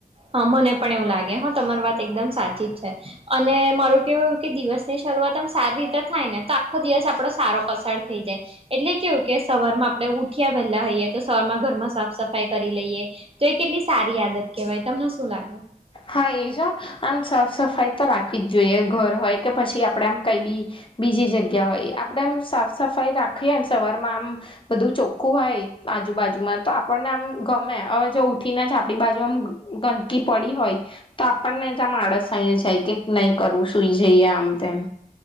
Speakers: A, on the right; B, on the left.
A: હા મને પણ એવું લાગે હ તમારી વાત એકદમ સાચી જ છે અને મારું કેવું એવું કે દિવસ ની શરૂઆત સારી રીતે થાય ને તો આખો દિવસ આપડો સારો પસાર થઈ જાય એટલે કેવું કે સવાર માં આપણે ઉઠયા વહેલા હોઈએ તો સવારમાં ઘરમાં સાફ સફાઈ કરી લઈએ તો એ કેટલી સારી આદત કેવાય તમને શું લાગે
B: હા એ જ હ આમ સાફ સફાઈ તો રાખવી જ જોઈએ ઘર હોય કે પછી આપડે આમ કંઈ બી બીજી જગ્યા હોય આપડમ સાફ સફાઈ રાખીએ ને સવાર માં આમ બધું ચોખ્ખું હોય આજુબાજુમાં તો આપણને આમ ગમે હવે જો ઉઠીને જ આપણી બાજુ આમ ગંદકી પડી હોય તો આપણને જમ આળસ આઈ જાય કે નહી કરવું સુઈ જઈએ આમ તેમ